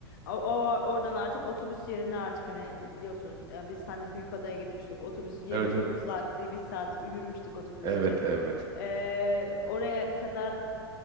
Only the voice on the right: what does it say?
Evet
evet.
Evet
evet.